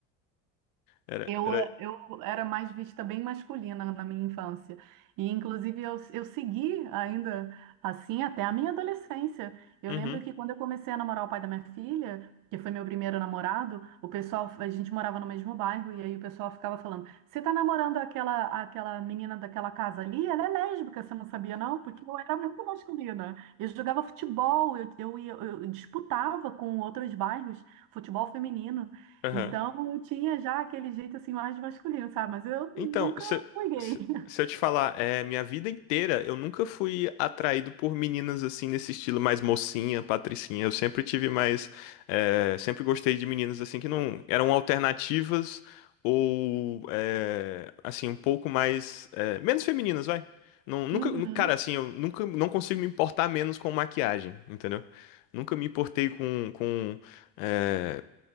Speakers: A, on the left; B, on the right.
A: Era,
B: Eu,
A: era...
B: eu era mais vista bem masculina na minha infância. E, inclusive, eu, eu segui ainda assim até a minha adolescência. Eu
A: Uhum.
B: lembro que quando eu comecei a namorar o pai da minha filha, que foi meu primeiro namorado, o pessoal, a gente morava no mesmo bairro, e aí o pessoal ficava falando: Você tá namorando aquela, aquela menina daquela casa ali? Ela é lésbica, você não sabia, não? Porque eu era muito masculina. Eu jogava futebol, eu, eu, ia- eu disputava com outros bairros futebol feminino.
A: <laughs>
B: Então eu tinha já aquele jeito assim mais masculino, sabe? Mas eu
A: Então,
B: nunca
A: se,
B: fui gay.
A: se,
B: <laughs>
A: se eu te falar, é, minha vida inteira eu nunca fui atraído por meninas assim nesse estilo mais mocinha, patricinha. Eu sempre tive mais, é, sempre gostei de meninas assim que não eram alternativas ou é, assim um pouco mais é, menos femininas, vai. Não, nunca,
B: Uhum,
A: nu- cara, assim, eu nunca não consigo me importar menos com maquiagem, entendeu? Nunca me importei com, com é,